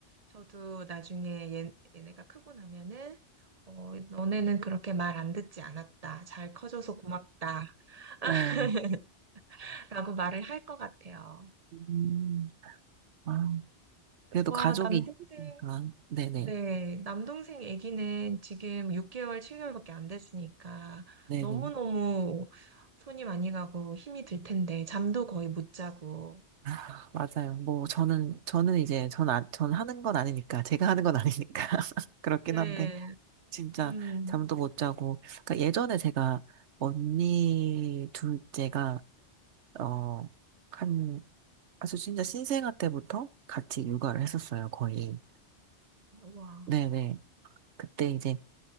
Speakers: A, on the right (about 40°); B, on the right (about 85°).
A: 저도 나중에 얘, 얘네가 크고 나면은, 어, 너네는 그렇게 말 안 듣지 않았다. 잘 커져서 고맙다.
B: 네.
A: <laughs> 라고 말을 할 것 같아요.
B: 음. 아, 그래도
A: 와,
B: 가족이
A: 남대생.
B: 있으니까. 네네.
A: 네, 남동생 아기는 지금 6개월, 7개월밖에 안 됐으니까
B: 네네.
A: 너무너무 손이 많이 가고 힘이 들 텐데 잠도 거의 못 자고.
B: 아, 맞아요. 뭐, 저는, 저는 이제, 전, 아, 전 하는 건 아니니까, 제가 하는 건 아니니까. <laughs> 그렇긴
A: 네,
B: 한데, 진짜,
A: 음,
B: 잠도 못 자고. 그러니까 예전에 제가, 언니 둘째가, 어, 한, 아주 진짜 신생아 때부터 같이 육아를 했었어요, 거의.
A: 와,
B: 네네. 그때 이제,